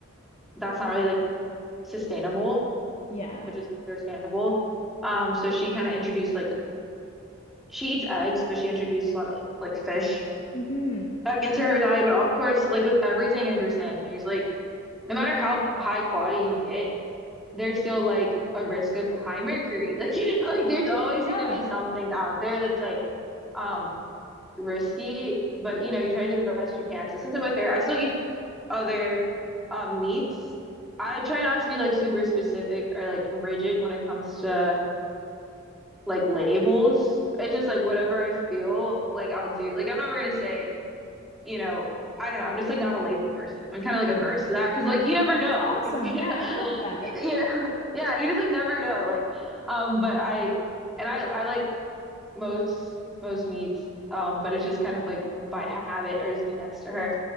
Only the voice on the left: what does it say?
Yeah.
hmm
Yeah.
That's awesome.
Yeah,
I love that.